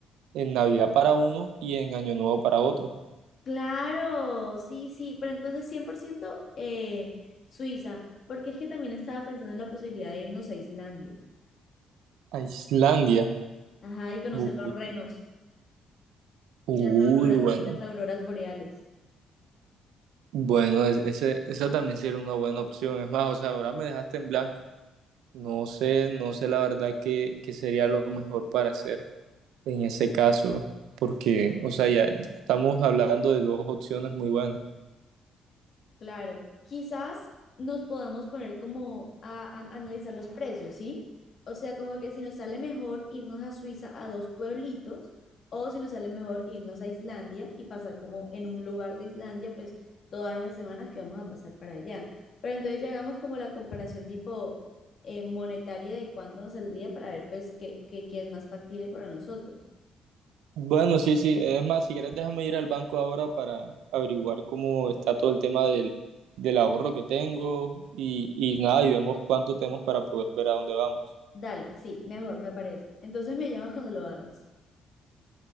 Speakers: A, on the right (about 85°); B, on the left (about 45°).
A: en Navidad para uno y en Año Nuevo para otro.
B: Claro, sí, sí, pero entonces 100%, eh, Suiza, porque es que también estaba pensando en la posibilidad de irnos a Islandia.
A: A Islandia.
B: Ajá, y conocer
A: Uy,
B: los renos
A: uy,
B: y las auroras
A: bueno.
B: y las auroras boreales.
A: Bueno, es- ese, esa también sería una buena opción. Es más, o sea, ahora me dejaste en blanco. No sé, no sé la verdad qué, qué sería lo mejor para hacer en ese caso, porque, o sea, ya ya estamos hablando de dos opciones muy buenas.
B: Claro, quizás nos podamos poner como a, a analizar los precios, ¿sí? O sea, como que si nos sale mejor irnos a Suiza a dos pueblitos o si nos sale mejor irnos a Islandia y pasar como en un lugar de Islandia, pues todas esas semanas que vamos a pasar para allá. Pero entonces ya hagamos como la comparación tipo eh, monetaria de cuánto nos saldría para ver pues qué, qué, qué es más factible para nosotros.
A: Bueno, sí, sí. Es más, si quieres, déjame ir al banco ahora para averiguar cómo está todo el tema del, del ahorro que tengo y, y nada, y vemos cuánto tenemos para poder ver a dónde vamos.
B: Dale, sí, mejor, me parece. Entonces me llamas cuando lo hagas.